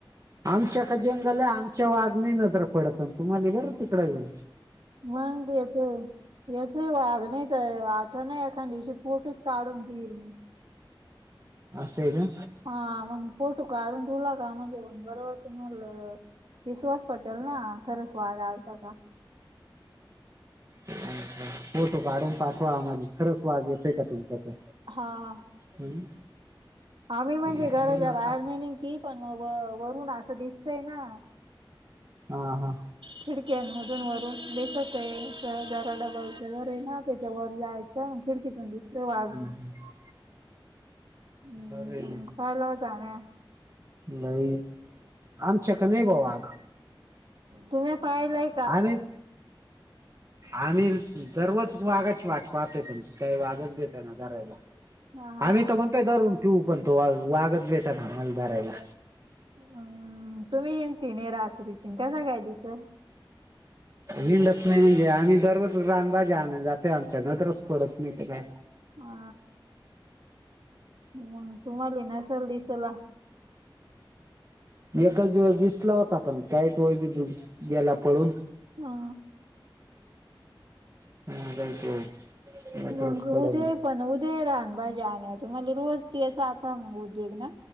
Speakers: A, on the right (about 35°); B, on the right (about 70°).
A: आमच्याकडं जंगल ये. आमच्या वाघ नाही नजर पडत आणि, तुम्हाला बर तिकडं हे.
B: मग येतोय. येतोय वाघ नाहीत आता ना एखा दिवशी फोटूचच काढून ठेईल मी.
A: असंय का?
B: हा मग फोटू काढून ठेवला का म्हणजे मग बरोबर तुम्हाल विश्वास पटल ना? खरंच वाघ आलता का?
A: अच्छा! फोटू काढून पाठवा आम्हाले. खरच वाघ येतोय का तुमच्या कड
B: हा
A: हम्म.
B: आम्ही म्हणजे
A: फोन
B: घराच्या
A: आता
B: बाहेर नाही निघ ती पण व वरुन असं दिसतय ना?
A: हा हा.
B: खिडक्यांमधून वरून दिसते आहे जरा डबल च घर आहे ना त्याच्यावर जायचं. त खिडकीतून दिसतो वा
A: <inaudible>
B: हम्म
A: बरय ना?
B: पाहिला होता ना
A: नाही. आमच्याकड नाही बाबा वाघ.
B: तुम्ही पायलाय?
A: आम्ही. आम्ही दररोज वाघाची वाट पाहतोय त काही वाघच भेटना धरायला.
B: हा हा
A: आम्ही तर म्हणतोय धरून ठिऊ पण तो वाग - वागच भेटणा आम्हाला धरायला.
B: हम्म तुम्ही हिणती नाही रात्रीचीन कसा काय दिसल?
A: हिंडत नाही म्हणजे आम्ही दररोज रानभाज्या आणयला जातय आमच्या नजरच पडत नाही ते काय?
B: हा. हो तुम्हाले नसेल दिसला.
A: एकच दिवस दिसला होता. पण काही तो वी गेला पळून.
B: हा.
A: <unintelligible> नजरच
B: मंग
A: पडेना.
B: दे पण उदय राहन भाजे आण तुम्हाला रोज तेच आता मग उदेग ना?